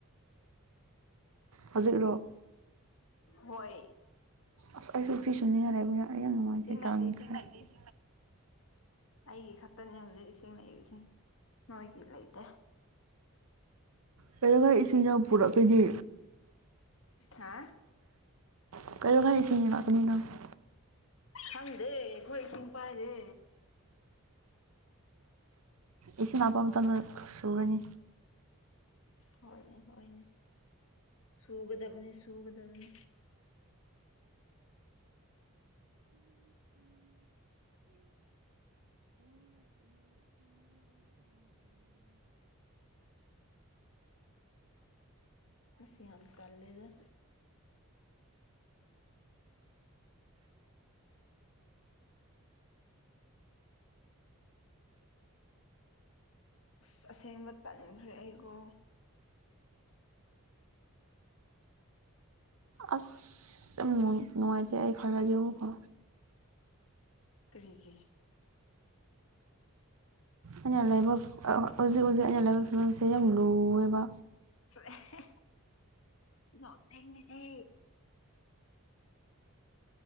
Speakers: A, on the right (about 75°); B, on the left (about 60°).
A: ꯍꯧꯖꯤꯛ ꯂꯣ꯫
B: ꯍꯣꯏ꯫
A: ꯑꯁ ꯑꯩꯁꯨ ꯐꯤꯁꯨ ꯅꯤꯡꯉꯥꯏ ꯂꯩꯕꯅꯤ ꯑꯩ ꯌꯥꯝ ꯅꯨꯡꯉꯥꯏꯇꯦ
B: ꯏꯁꯤꯡ ꯂꯩꯇꯦ
A: <unintelligible>
B: ꯏꯁꯤꯡ ꯂꯩꯇꯦ ꯑꯩꯒꯤ ꯈꯛꯇꯅꯦ ꯍꯧꯖꯤꯛ ꯏꯁꯤꯡ ꯂꯩꯔꯤꯁꯦ ꯅꯣꯏꯒꯤ ꯂꯩꯇꯦ꯫
A: ꯀꯩꯗꯧꯉꯥꯏ ꯏꯁꯤꯡꯅꯣ ꯄꯨꯔꯛꯏꯗꯤ꯫
B: ꯍꯥ꯫
A: <unintelligible>
B: ꯈꯪꯗꯦ ꯑꯈꯣꯏ ꯏꯁꯤꯡ ꯄꯥꯏꯗꯦ꯫
A: ꯏꯁꯤꯡ ꯂꯞꯄ ꯃꯇꯝꯗ ꯁꯨꯔꯅꯤ꯫
B: ꯍꯣꯏꯅꯦ ꯍꯣꯏꯅꯦ꯫ ꯁꯨꯒꯥꯗꯕꯅꯦ ꯁꯨꯒꯥꯗꯕꯅꯦ꯫ ꯑꯁ ꯌꯥꯝ ꯇꯜꯂꯦꯗꯥ꯫ ꯑꯁ ꯑꯁꯦꯡꯕ ꯇꯟꯈ꯭ꯔꯦ ꯑꯩꯀꯣ꯫
A: ꯑꯁ꯫ ꯇꯨꯝꯃꯨꯒꯦ꯫ ꯅꯨꯡꯉꯥꯏꯇꯦ ꯑꯩ ꯈꯜꯂꯗꯤ ꯑꯃꯨꯛꯀ꯫
B: ꯀ꯭ꯔꯤꯒꯤ꯫
A: ꯑꯩꯅ ꯂꯩꯥꯏꯕ ꯍꯧꯖꯤꯛ ꯍꯧꯖꯤꯛ ꯑꯩꯅ ꯂꯥꯏꯕ ꯐꯤꯕꯝꯁꯦ ꯌꯥꯝ ꯂꯨꯋꯦꯕ꯫
B: ꯆꯥꯔꯍꯦ ꯅꯣꯛꯅꯤꯡꯉꯤꯍꯦ꯫